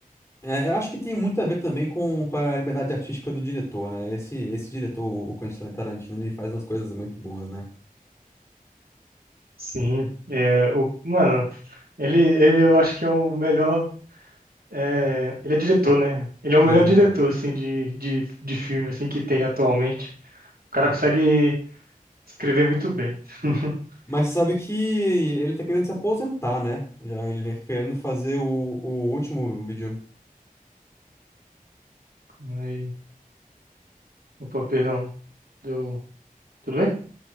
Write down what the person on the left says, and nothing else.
é, eu acho que tem muito a ver também com, com a liberdade artística do diretor, né? Esse, esse diretor, o Quentin Tarantino, ele faz umas coisas muito boas, né?
Ele
é diretor.
Mas você sabe que ele tá querendo se aposentar, né? Já ele tá querendo fazer o, o último vídeo.